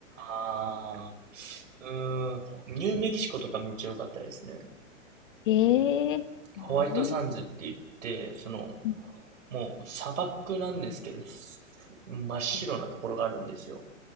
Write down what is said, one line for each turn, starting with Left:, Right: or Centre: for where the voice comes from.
Right: ああ、うーん、ほニューメキシコとかめっちゃ良かったですね。
Left: ええまああまり、
Right: ホワイトサンズって言って、その、
Left: うん
Right: もう砂漠なんですけど、す真っ白なところがあるんですよ。
Left: うん